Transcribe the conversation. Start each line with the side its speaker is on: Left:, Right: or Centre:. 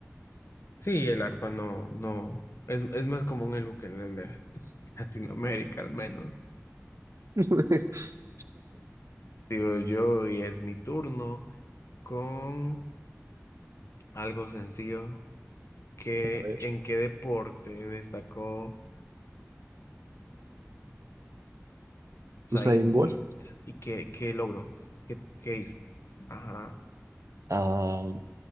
Left: Sí, el arpa no, no, es, es más común el ukelele, es <laughs> Latinoamérica al menos.
Right: <laughs>
Left: Digo yo, y es mi turno con algo sencillo. ¿Qué,
Right: A ver,
Left: en qué deporte destacó Usain
Right: Usain Bolt.
Left: Bolt? ¿Y qué, qué logros? ¿Qué, qué hizo? Ajá,
Right: Ah,